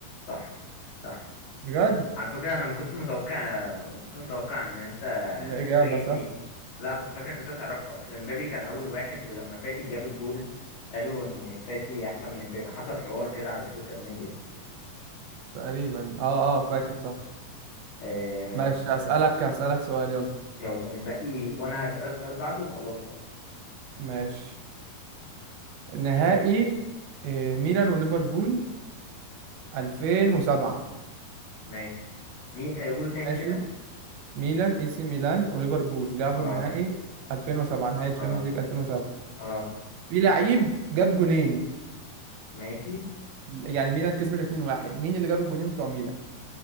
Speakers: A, on the left (about 80°); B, on the right (about 80°).
A: صح صح
B: بجد
A: على فكرة أنا ما كنتش متوقع ما كنتش متوقع إن أنت
B: الإجابة
A: تجيب
B: صح
A: فيها لا كنت فاكر إن أنت تعرفها أصل إمبابي كان أول واحد ولما فاتي جاب الجول قالوا إن فاتي أحسن من إمبابي حصل حوار كده على السوشيال ميديا
B: تقريبا اه اه فاكر صح
A: آه
B: ماشي هسألك هسألك سؤال يلا
A: يلا متبقي وأنا هسألك سؤال بعده وخلاص بقى
B: ماشي نهائي آه، ميلان وليفربول 2007
A: ماشي مين آه قول تاني
B: ماشي
A: كده
B: ميلان اي سي ميلان وليفربول لعبوا
A: آه
B: النهائي 2007 نهائي تشامبيونز
A: آه
B: ليج 2007
A: آه
B: في لعيب جاب جونين
A: ماشي
B: يعني ميلان كسبت 2-1 مين اللي جاب الجونين بتوع ميلان